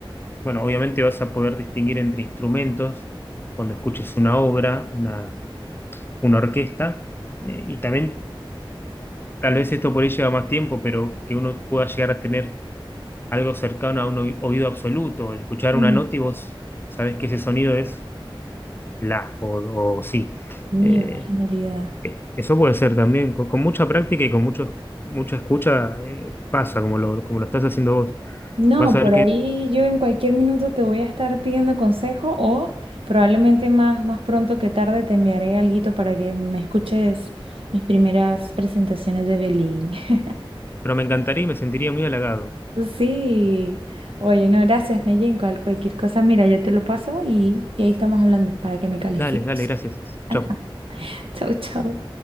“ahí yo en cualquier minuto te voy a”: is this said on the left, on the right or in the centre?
Right